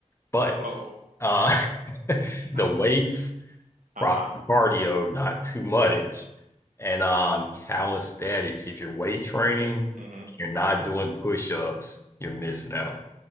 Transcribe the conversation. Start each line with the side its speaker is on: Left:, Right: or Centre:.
Left: but
Right: so.
Left: uh, <laughs> the
Right: <laughs>
Left: weights
Right: Uh-huh.
Left: proper cardio, not too much, and um, calisthenics. If you're weight training,
Right: hmm
Left: you're not doing push-ups, you're missing out.